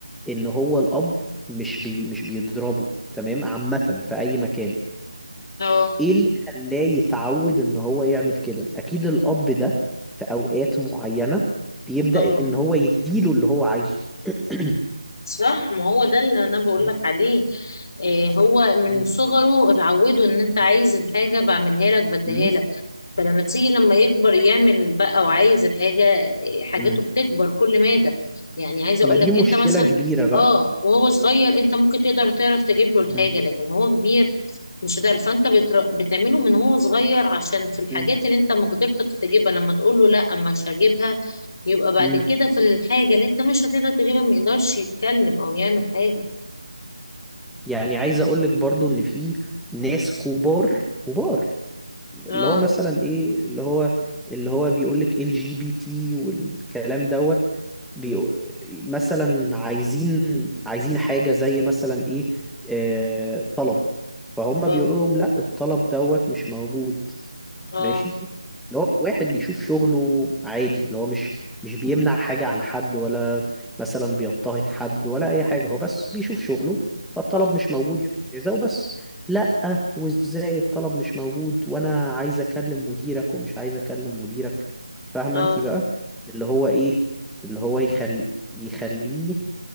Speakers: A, in the centre; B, on the left.
A: إن هو الأب مش بي مش بيضربه تمام عامة في أي مكان
B: اه
A: إيه اللي خلاه يتعود إن هو يعمل كده؟ أكيد الأب ده في أوقات معينة بيبدأ
B: اه
A: إن هو يديله اللي هو عايزه <coughs>
B: صح ما هو ده اللي انا بقول
A: <clears throat>
B: لك عليه إيه هو من
A: مم. مم.
B: صغره اتعودوا ان انت عايز الحاجة بعملها لك بديها
A: مم.
B: لك فلما تيجي لما يكبر يعمل بقى وعايز الحاجة حاجاته
A: مم.
B: بتكبر كل مادة يعني عايزة
A: ما
B: اقول
A: دي
B: لك
A: مشكلة
B: انت مثلا
A: كبيرة بقى
B: اه وهو صغير انت ممكن تقدر تعرف تجيب له الحاجة
A: مم.
B: لكن هو كبير مش هتعرف فانت بتر... بتعمله من هو صغير عشان في الحاجات
A: مم.
B: اللي انت مقدرتك تجيبها لما تقول له لا مش هجيبها يبقى بعد
A: مم.
B: كده في الحاجة اللي انت مش هتقدر تجيبها ما يقدرش يتكلم او يعمل حاجة
A: يعني عايز أقولك برضو إن في ناس كبار كبار اللي
B: اه
A: هو مثلا ايه اللي هو اللي هو بيقول لك ال جي بي تي والكلام دوت بيقو- مثلا عايزين عايزين حاجة زي مثلا ايه آه، طلب فهم
B: اه
A: بيقولوا لهم لا الطلب دوت مش موجود
B: اه
A: ماشي اللي هو واحد بيشوف شغله عادي اللي هو مش مش بيمنع حاجة عن حد ولا مثلا بيضطهد حد ولا أي حاجة هو بس بيشوف شغله فالطلب
B: اه اه
A: مش موجود يا أستاذة وبس لأ وإزاي الطلب مش موجود وأنا عايز أكلم مديرك ومش عايز أكلم مديرك فاهمة
B: آه،
A: أنت بقى اللي هو إيه اللي هو يخل... يخليه